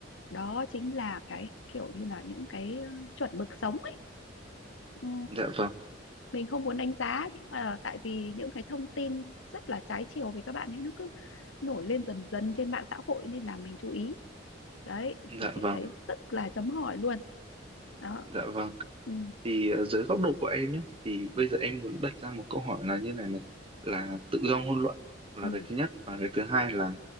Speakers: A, on the left; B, on the right.
A: đó chính là cái kiểu như là những cái ờ, chuẩn mực sống ấy Ừ,
B: dạ vâng
A: mình không muốn đánh giá nhưng mà tại vì những cái thông tin rất là trái chiều về các bạn ấy nó cứ nổi lên dần dần trên mạng xã hội nên là mình chú ý đấy
B: dạ
A: thì chị
B: vâng
A: thấy rất là chấm hỏi luôn đó
B: dạ vâng
A: ừ,
B: thì ờ, dưới góc độ của em nhé thì bây giờ em muốn đặt ra một câu hỏi là như này này là tự do ngôn luận là
A: ừ,
B: cái thứ nhất và cái thứ hai là